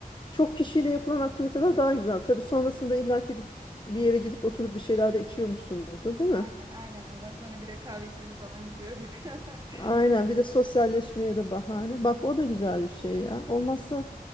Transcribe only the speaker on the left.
çok kişiyle yapılan aktiviteler daha güzel. Tabii sonrasında illaki bir, bir yere gidip oturup bir şeyler de içiyormuşsunuzdur, değil mi?
Aynen bir de sosyalleşmeye de bahane. Bak o da güzel bir şey ya. Olmazsa